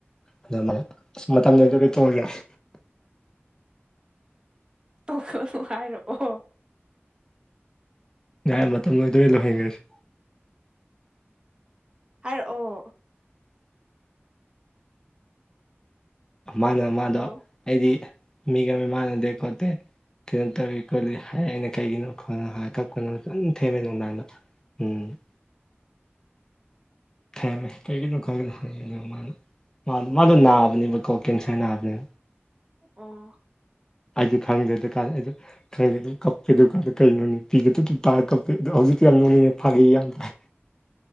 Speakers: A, on the left (about 15°); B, on the right (about 20°).
A: ꯑꯗꯣ ꯃꯥ ꯑꯁ ꯃꯇꯝ ꯂꯣꯏꯗꯧꯔꯦ ꯇꯣꯛꯑꯒꯦ ꯌꯥꯔꯦ
B: ꯇꯣꯛꯈ꯭ꯔꯅꯨ ꯍꯥꯏꯔꯛꯑꯣ
A: ꯌꯥꯔꯦ ꯃꯇꯝ ꯂꯣꯏꯗꯧꯔꯦ ꯂꯣꯏꯍꯟꯒ꯭ꯔꯖꯤ
B: ꯍꯥꯏꯔꯛꯑꯣ
A: ꯃꯥꯅ ꯃꯥꯗꯣ
B: ꯍꯜꯂꯣ
A: ꯑꯩꯗꯤ ꯃꯤꯒ ꯃꯤꯃꯥꯟꯅꯗꯦ ꯈꯣꯠꯇꯦ ꯀꯩꯅꯣ ꯇꯧꯔꯤ ꯈꯣꯠꯂꯤ ꯍꯥꯏꯑꯦꯅ ꯀꯩꯒꯤꯅꯣ ꯈꯣꯠꯅꯣ ꯍꯥꯏ ꯀꯞꯄꯅꯣ ꯐꯖꯅ ꯊꯦꯝꯃꯦ ꯅꯨꯡꯗꯥꯡꯗ ꯎꯝ ꯊꯦꯝꯃꯦ ꯀꯩꯒꯤꯅꯣ ꯈꯪꯗꯅ ꯍꯡꯉꯦꯗꯣ ꯃꯥ ꯃꯥꯗꯣ ꯃꯥꯗꯣ ꯅꯥꯕꯅꯦꯕꯀꯣ ꯀꯦꯟꯁꯔ ꯅꯥꯕꯅꯦ
B: ꯑ
A: ꯑꯩꯗꯤ ꯈꯪꯗꯦꯗ ꯀꯥꯔꯦ ꯑꯗꯨ ꯈꯪꯒꯦ ꯑꯗꯨꯝ ꯀꯞꯄꯦ ꯗꯨꯀꯥꯟꯗ ꯀꯩꯅꯣꯅꯦ ꯄꯤꯒꯗ ꯑꯗꯨꯝ ꯇ ꯀꯄꯦ ꯍꯧꯖꯤꯛꯇꯤ ꯌꯥꯝ ꯅꯣꯛꯅꯤꯡꯉꯦ ꯐꯥꯒꯤ ꯌꯥꯝ ꯇꯥꯏ